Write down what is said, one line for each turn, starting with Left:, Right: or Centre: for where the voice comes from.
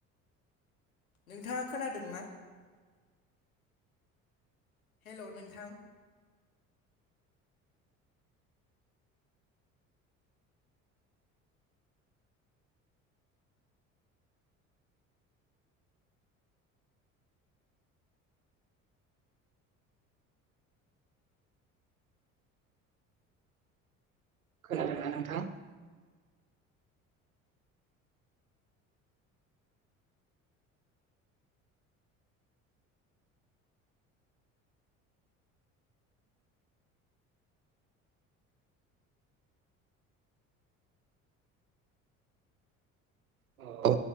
Left: नोंथाङा खोनादोंना? हेल' नोंथां
Right: खोनादोंना नोंथां? अ'